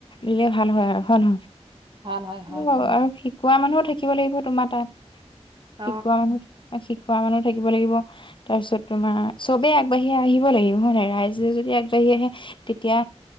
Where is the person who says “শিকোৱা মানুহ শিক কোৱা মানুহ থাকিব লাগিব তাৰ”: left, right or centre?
Left